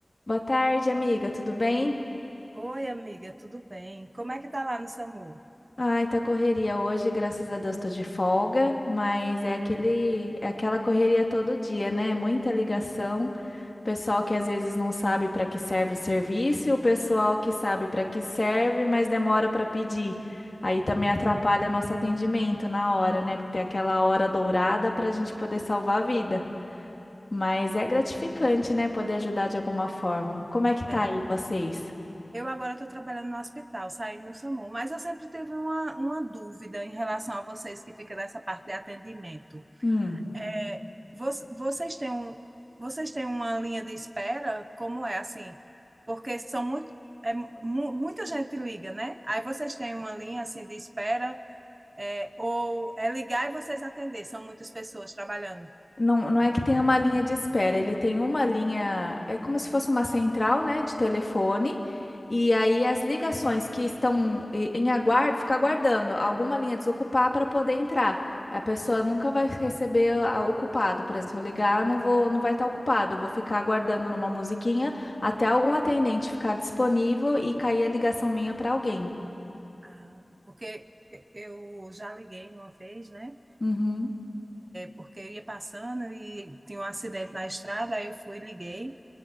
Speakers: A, on the left (about 40°); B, on the right (about 55°).
A: Boa tarde, amiga, tudo bem?
B: Oi, amiga, tudo bem? Como é que tá lá no SAMU?
A: Ai, tá correria hoje, graças a Deus tô de folga, mas é aquele, é aquela correria todo dia, né? Muita ligação, pessoal que às vezes não sabe para que serve o serviço, e o pessoal que sabe para que serve, mas demora para pedir. Aí também atrapalha nosso atendimento na hora, né? Porque tem aquela hora dourada para a gente poder salvar a vida. Mas é gratificante, né? Poder ajudar de alguma forma. Como é que tá
B: É,
A: aí vocês?
B: eu agora estou trabalhando no hospital, saí no SAMU, mas eu sempre tive uma, uma dúvida em relação a vocês que ficam nessa parte de atendimento.
A: Hum.
B: É, vo- vocês têm um, vocês têm uma linha de espera? Como é assim? Porque são muito, é, mu- muita gente liga, né? Aí vocês têm uma linha assim de espera, é, ou é ligar e vocês atender? São muitas pessoas trabalhando.
A: Não, não é que tem uma linha de espera, ele tem uma linha, é como se fosse uma central, né, de telefone, e aí as ligações que estão e- em aguardo, fica aguardando alguma linha desocupar para poder entrar. A pessoa nunca vai receber a- ocupado, por exemplo, se eu ligar, eu não vou, não vai estar ocupado, eu vou ficar aguardando numa musiquinha até algum atendente ficar disponível e cair a ligação minha para alguém.
B: Ah, porque eu já liguei uma vez, né?
A: Uhum,
B: porque eu ia passando e tinha um acidente na estrada, aí eu fui, liguei.